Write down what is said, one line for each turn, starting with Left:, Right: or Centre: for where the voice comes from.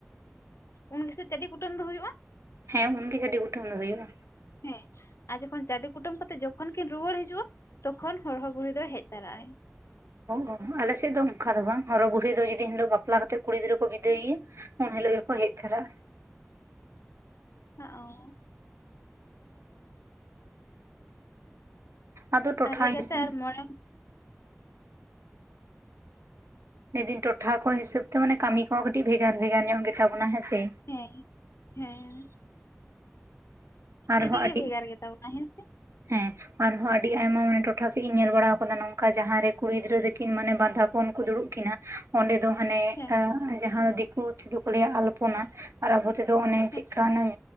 Left: ᱩᱱ ᱜᱮᱥᱮ ᱪᱟᱹᱰᱷᱤ ᱠᱩᱴᱟᱹᱢ ᱫᱚ ᱦᱩᱭᱩᱜᱼᱟ?
Right: ᱦᱮᱸ ᱩᱱᱜᱮ ᱪᱟᱹᱰᱤ ᱠᱩᱴᱟᱹᱢ ᱫᱚ ᱦᱩᱭᱩᱜᱼᱟ᱾
Left: ᱦᱮᱸ ᱟᱨ ᱡᱚᱠᱷᱚᱱ ᱪᱟᱹᱰᱤ ᱠᱩᱴᱟᱹᱢ ᱠᱟᱛᱮᱜ ᱡᱚᱠᱷᱚᱱ ᱠᱤᱱ ᱨᱩᱣᱟᱹᱲ ᱦᱤᱡᱩᱜᱼᱟ ᱛᱚᱠᱷᱚᱱ ᱦᱚᱨᱦᱚ ᱵᱩᱲᱦᱤ ᱫᱚ ᱦᱮᱡ ᱛᱚᱨᱟᱜᱼᱟᱭ᱾
Right: ᱚ ᱚ ᱟᱞᱮᱥᱮᱫ ᱫᱚ ᱚᱝᱠᱟ ᱫᱚ ᱵᱟᱝ ᱦᱚᱨᱚᱦᱚ ᱫᱚ ᱡᱩᱫᱤᱱ ᱦᱤᱞᱳᱜ ᱵᱟᱯᱞᱟ ᱠᱟᱛᱮᱫ ᱠᱩᱲᱤ ᱜᱤᱫᱽᱨᱟᱹ ᱠᱚ ᱵᱤᱫᱟᱹᱭ ᱭᱟ ᱩᱱ ᱦᱤᱞᱳᱜ ᱜᱮᱠᱚ ᱦᱮᱡ ᱛᱟᱨᱟᱜ
Left: ᱦᱚᱸᱜᱼᱚ᱾
Right: ᱟᱫᱚ ᱴᱚᱴᱷᱟ
Left: ᱟᱨ ᱦᱮᱡ
Right: ᱦᱤᱸᱥ
Left: ᱠᱟᱛᱮ ᱟᱨ ᱢᱚᱬᱮ
Right: ᱞᱮ ᱫᱤᱧ ᱴᱚᱴᱷᱟ ᱠᱚ ᱦᱤᱥᱟᱹᱵ ᱛᱮ ᱢᱟᱱᱮ ᱠᱟᱹᱢᱤ ᱠᱚᱦᱚᱸ ᱠᱟᱹᱴᱤᱡ ᱵᱷᱮᱜᱟᱨ ᱵᱷᱮᱜᱟᱨ ᱧᱚᱜ ᱜᱮᱛᱟᱵᱚᱱᱟ ᱦᱮᱸᱥᱮ᱾
Left: ᱦᱮᱸ ᱦᱮᱸ᱾
Right: ᱟᱨᱦᱚᱸ
Left: ᱟᱹᱰᱤᱜᱮ
Right: ᱟᱹᱰᱤ
Left: ᱵᱷᱮᱜᱟᱨ ᱜᱮᱛᱟᱵᱚᱱᱟ ᱦᱮᱸᱥᱮ?
Right: ᱦᱮᱸ᱾ ᱟᱨᱦᱚᱸ ᱟᱹᱰᱤ ᱟᱭᱢᱟ ᱢᱟᱱᱮ ᱴᱚᱴᱷᱟ ᱥᱮᱫ ᱤᱧ ᱧᱮᱞ ᱵᱟᱲᱟ ᱠᱟᱱᱟ ᱱᱚᱝᱠᱟ ᱡᱟᱦᱟᱸᱨᱮ ᱠᱩᱲᱤ ᱜᱤᱫᱽᱨᱟᱹ ᱛᱤᱠᱤᱱ ᱢᱟᱱᱮ ᱵᱟᱸᱫᱷᱟᱯᱚᱱ ᱫᱩᱲᱩᱵ ᱠᱤᱱᱟ ᱚᱸᱰᱮ ᱫᱚ ᱦᱟᱸᱱᱮ
Left: ᱦᱮᱸ
Right: ᱡᱟᱦᱟᱸ ᱫᱤᱠᱩ ᱛᱤᱫᱩ ᱠᱚ ᱞᱮᱭᱟ ᱟᱞᱯᱚᱱᱟ ᱟᱨ ᱟᱵᱚ ᱛᱮᱫᱚ ᱚᱱᱮ
Left: ᱦᱮᱸ
Right: ᱪᱮᱫᱠᱟᱱᱟᱜ